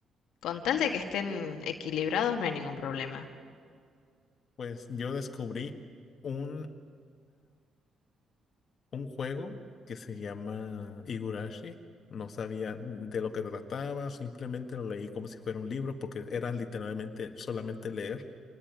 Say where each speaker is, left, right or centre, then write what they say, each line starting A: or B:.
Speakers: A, on the left; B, on the left.
A: Con tal de que estén equilibrados no hay ningún problema.
B: Pues yo descubrí un, un juego que se llama Higurashi. No sabía de lo que trataba, simplemente lo leí como si fuera un libro, porque era literalmente solamente leer,